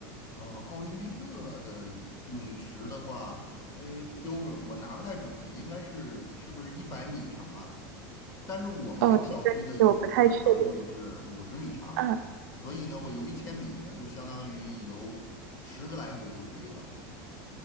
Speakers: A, on the left; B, on the right.
A: 哦，奥林匹克的泳池的话，哎，标准我拿不太准，应该是是不是一百米长啊？但是我们这个小区的游泳池的长度是五十米长，
B: 哦，这个其实我不太确定。嗯，
A: 所以呢，我游一千米呢，就相当于游十个来回就可以了。